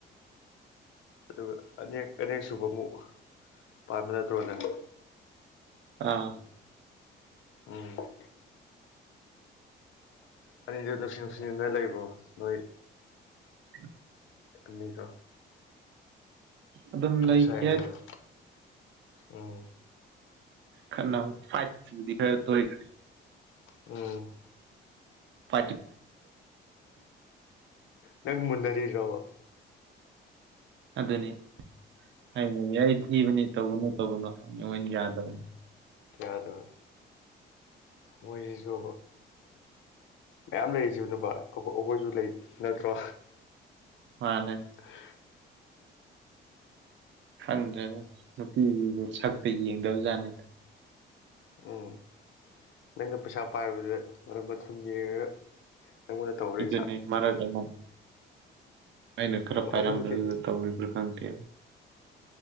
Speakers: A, on the left; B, on the right.
A: ꯑꯗꯨꯒ ꯑꯅꯦꯛ ꯑꯅꯦꯛ ꯁꯨꯕ ꯑꯃꯨꯛ ꯄꯥꯟꯕꯥ ꯅꯠꯇ꯭ꯔꯣ ꯅꯪ
B: ꯑꯥ
A: ꯎꯝ ꯑꯅꯤꯗꯨ ꯅꯨꯡꯁꯤ ꯅꯨꯡꯁꯤꯅ ꯂꯩꯕ꯭ꯔꯣ ꯅꯣꯏ
B: ꯎꯝ
A: ꯑꯅꯤꯀꯣ
B: ꯑꯗꯨꯝ ꯂꯩꯈꯤ
A: ꯅꫭꯏꯁꯥꯏ ꯑꯅꯤꯗꫭ ꯎꯝ
B: ꯈꯅꯥ ꯐꯥꯏꯠ ꯄꯨꯗꯤ ꯈꯔ ꯇꫭꯏꯈꯔꯦ
A: ꯎꯝ
B: ꯐ
A: ꯅꯪ ꯃꯨꯟꯅꯔꯤ꯭ꯔꯣꯕ
B: ꯑꯗꯨꯅꯤ ꯑꯩꯅꯅꯦ ꯊꯤꯕꯅꯤ ꯇꯧꯕꯅꯨ ꯇꯧꯕꯅꯨ ꯍꯥꯏꯕꯅꯦ ꯃꫭꯏꯅ ꯌꯥꯗꯕꯅꯤ
A: ꯌꯥꯗ ꯃꯣꯏꯁꯤꯁꯨ ꯃꯌꯥꯝ ꯂꯩꯔꯤꯁꯤꯕꯨ ꯅꯨꯄꯥ ꯑꯩꯈꯣꯏꯁꯨ ꯂꯩ ꯅꯠꯇ꯭ꯔꯣ
B: ꯃꯥꯅꯦ
A: <unintelligible>
B: ꯈꯪꯗ꯭ꯔꯒ ꯅꯨꯄꯤꯗꯨ ꯁꯛꯇ ꯌꯦꯡꯗꯕꯖꯥꯠꯅꯤꯗ
A: ꯎꯝ ꯅꯪꯅ ꯄꯩꯁꯥ ꯄꯥꯏꯕꯗꯨ ꯃꯔꯛ ꯃꯊꯨꯝ ꯌꯦꯡꯉꯒ ꯅꯪꯉꯣꯟꯗ ꯇꯧꯔꯛꯏ
B: ꯑꯗꯨꯅꯤ
A: ꯖꯥꯠ
B: ꯃꯔ ꯑꯩꯅ ꯑꯩꯅ ꯈꯔ ꯄꯥꯏꯔꯝꯕꯗꯨꯗ
A: ꯑꯗꯨꯕꯨꯗꯤ
B: ꯇꯧꯔꯤꯕ꯭ꯔꯥ ꯈꯪꯇꯦꯕ